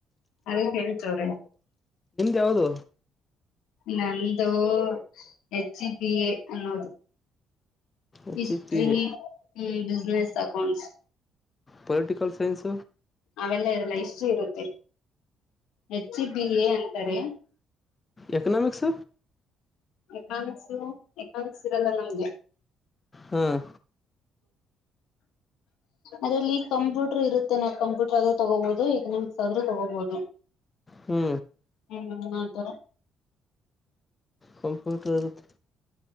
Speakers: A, on the left (about 85°); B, on the left (about 15°).
A: ಅದನ್ ಹೇಳ್ತವ್ರಿ
B: ಯೌದು
A: ನಂದು ಹೆಚ್ ಸಿ ಬಿ ಎ ಅನ್ನೋದು
B: ಎಚ್
A: ಇಷ್ಟ್ರೀ
B: ಇ ಪಿ ಎ
A: ಹ್ಮ <inaudible> ಬಿಸಿನೆಸ್ ಅಕೌಂಟ್ಸ್
B: ಪೊಲಿಟಿಕಲ್ ಸೈನ್ಸ್
A: ಅವೆಲ್ಲ ಇರಲ್ಲ ಇಷ್ಟು ಇರುತ್ತೆ ಹೆಚ್ ಬಿ ಎ ಅಂತಾರೆ
B: ಎಕನಾಮಕ್ಸ್
A: ಏಕಾನ್ಸು ಕಾನ್ಸ ಇರಲ್ಲ ನಮ್ಗೆ
B: ಹ್ಮ್
A: ಅದ್ರಲ್ಲಿ ಕಂಪ್ಯೂಟರ್ ಇರುತ್ತೆ ನ ಕಂಪ್ಯೂಟರ್ ಆದ್ರೂ ತಗೋಬಹುದು ಎಕನಾಮಿಕ್ಸ್ ಆದ್ರೂ ತಗೋಬಹುದು
B: ಹ್ಞೂ
A: ಹ್ಮ ಮಾಡತ
B: ಕಂಪ್ಯೂಟ್ರ ಇರುತ್ತೆ